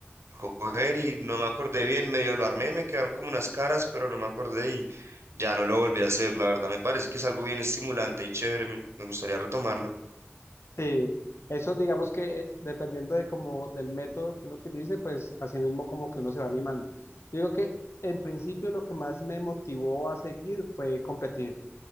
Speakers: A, on the right; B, on the left.
A: coger y no me acordé bien, medio lo armé, me quedaron como unas caras, pero no me acordé y ya no lo volví a hacer, la verdad me parece que es algo bien estimulante y chévere, me, me gustaría retomarlo.
B: Sí, eso digamos que eh, dependiendo de como del método que uno utilice, pues así mismo como que uno se va animando. Digo que en principio lo que más me motivó a seguir fue competir.